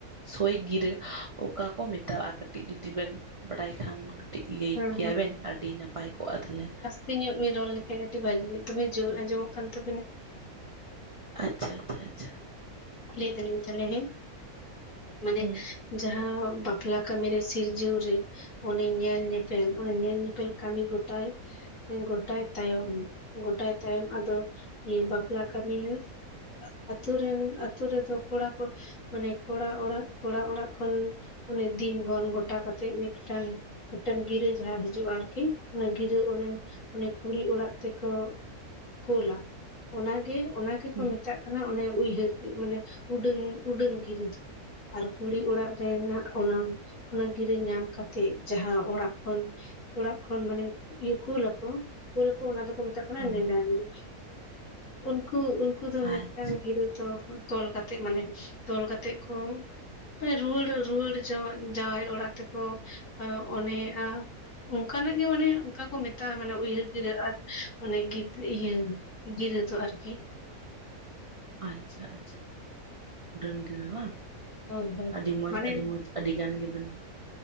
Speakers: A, on the right; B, on the left.
A: ᱥᱳᱭ ᱜᱤᱨᱟᱹ, ᱚᱠᱟ ᱠᱚ ᱢᱮᱛᱟᱣᱟᱜᱼᱟ ᱠᱟᱹᱴᱤᱡ ᱡᱩᱫᱤ ᱵᱮᱱ ᱵᱟᱲᱟᱭ ᱠᱷᱟᱱ? ᱴᱤᱡ ᱞᱟᱹᱭ
B: ᱦᱮᱸ
A: ᱠᱮᱭᱟᱵᱮᱱ ᱟᱹᱰᱤ ᱱᱟᱯᱟᱭ ᱠᱚᱜᱼᱟ, ᱛᱟᱦᱚᱞᱮ᱾
B: ᱥᱮᱧᱚᱜ ᱵᱮᱱ ᱨᱚᱲ ᱞᱮᱠᱷᱟᱡ ᱠᱟᱹᱴᱤᱡ ᱵᱷᱟᱹᱜᱤ ᱦᱩᱭᱩᱜᱼᱟ᱾ ᱫᱚᱢᱮ ᱡᱳᱨ ᱟᱸᱡᱚᱢᱚᱜ ᱠᱟᱱ ᱛᱟᱵᱤᱱᱟ᱾
A: ᱟᱪᱪᱷᱟ ᱟᱪᱪᱷᱟ ᱟᱪᱪᱷᱟ᱾
B: ᱞᱟᱹᱭ ᱫᱟᱹᱞᱤᱧ ᱛᱟᱦᱚᱞᱮ ᱦᱮᱸ, ᱢᱟᱱᱮ
A: ᱦᱩᱸ
B: ᱡᱟᱦᱟᱸ ᱵᱟᱯᱞᱟ ᱯᱞᱟ ᱠᱟᱹᱢᱤ ᱨᱮ ᱥᱤᱨᱡᱟᱹᱣ ᱨᱮ ᱚᱱᱮ ᱧᱮᱞ- ᱧᱮᱯᱮᱞ ᱚᱱᱮ ᱧᱮᱞ ᱧᱮᱯᱮᱞ ᱠᱟᱹᱢᱤ ᱜᱚᱴᱟᱭ ᱜᱳᱴᱟᱭ ᱛᱟᱭᱚᱢ ᱜᱳᱴᱟᱭ ᱛᱟᱭᱚᱢ ᱟᱫᱚ ᱤᱭᱟᱹ ᱵᱟᱯᱞᱟ ᱠᱟᱹᱢᱤ ᱦᱟᱸᱜ ᱟᱹᱛᱩ ᱨᱮᱱ ᱟᱹᱛᱩ ᱨᱮ ᱫᱚ ᱠᱚᱲᱟ ᱠᱚ ᱢᱟᱱᱮ ᱠᱚᱲᱟ ᱚᱲᱟᱜ ᱠᱚᱲᱟ ᱚᱲᱟᱜ ᱠᱷᱚᱱ ᱚᱱᱮ ᱫᱤᱱ ᱜᱚᱱ ᱜᱚᱴᱟ ᱠᱟᱛᱮᱜ ᱢᱤᱫᱴᱟᱝ ᱢᱤᱫᱴᱮᱱ ᱜᱤᱨᱟᱹ ᱡᱟᱦᱟᱸ ᱦᱤᱡᱩᱜᱼᱟ ᱟᱹᱨᱠᱤ᱾ ᱚᱱᱟ ᱜᱤᱨᱟᱹ ᱚᱱᱮ ᱚᱱᱮ ᱠᱩᱲᱤ ᱚᱲᱟᱜ ᱛᱮᱠᱚ ᱠᱳᱞᱟ, ᱚᱱᱟ ᱜᱮ ᱚᱱᱟ ᱜᱮᱠᱚ
A: ᱦᱩᱸ
B: ᱢᱮᱛᱟᱜ ᱠᱟᱱᱟ, ᱚᱱᱮ ᱩᱭᱦᱟᱹᱨ ᱜᱤ ᱢᱟᱱᱮ ᱩᱰᱟᱹᱱ ᱩᱰᱟᱹᱱ ᱜᱤᱨᱟᱹ ᱫᱚ᱾ ᱟᱨ ᱠᱩᱲᱤ ᱚᱲᱟᱜ ᱨᱮᱱᱟᱜ ᱚᱱᱟ ᱚᱱᱟ ᱜᱤᱨᱟᱹ ᱧᱟᱢ ᱠᱟᱛᱮᱜ ᱡᱟᱦᱟᱸ ᱚᱲᱟᱜ ᱠᱷᱚᱱ ᱚᱲᱟᱜ ᱠᱷᱚᱱ ᱢᱟᱱᱮ ᱤᱭᱟᱹ ᱠᱩᱞᱟ ᱠᱚ ᱠᱩᱞᱟ ᱠᱚ, ᱚᱱᱟ ᱫᱚᱠᱚ ᱢᱮᱛᱟᱜ ᱠᱟᱱᱟ
A: ᱦᱩᱸ
B: ᱱᱮᱸᱰᱟ ᱜᱤᱨᱟᱹ᱾ ᱩᱱᱠᱩ ᱩᱱᱠᱩ ᱫᱚ
A: ᱟᱪᱪᱷᱟ
B: ᱢᱤᱫᱴᱟᱝ ᱜᱤᱨᱟᱹ ᱫᱚ ᱛᱚᱞ ᱠᱟᱛᱮ ᱢᱟᱱᱮ ᱛᱚᱞ ᱠᱟᱛᱮᱜ ᱠᱚ ᱯᱮ ᱨᱩᱣᱟᱹᱲ ᱨᱩᱣᱟᱹᱲ ᱡᱟᱶᱟᱭ ᱡᱟᱶᱟᱭ ᱚᱲᱟᱜ ᱛᱮᱠᱚ᱾ ᱚᱱᱮᱜᱼᱟ ᱚᱱᱠᱟ ᱱᱟᱜ ᱜᱮ ᱢᱟᱱᱮ ᱚᱱᱠᱟ ᱠᱚ ᱢᱮᱛᱟᱜᱼᱟ, ᱢᱟᱱᱮ ᱩᱭᱦᱟᱹᱨ ᱜᱤᱨᱟᱹ ᱟᱨ ᱟᱱᱮ ᱜᱤᱫᱽ ᱤᱭᱟᱹ ᱜᱤᱨᱟᱹ ᱫᱚ ᱟᱹᱨᱠᱤ᱾
A: ᱟᱪᱪᱷᱟ ᱟᱪᱪᱷᱟ᱾ ᱰᱟᱹᱱ ᱜᱤᱨᱟᱹ ᱵᱟᱝ᱾
B: ᱦᱳᱭ ᱦᱳᱭ᱾
A: ᱟᱹᱰᱤ ᱢᱚᱡᱽ
B: ᱢᱟᱱᱮ
A: ᱟᱹᱰᱤ ᱢᱚᱡᱽ ᱟᱹᱰᱤ ᱜᱟᱱ ᱜᱮᱵᱮᱱ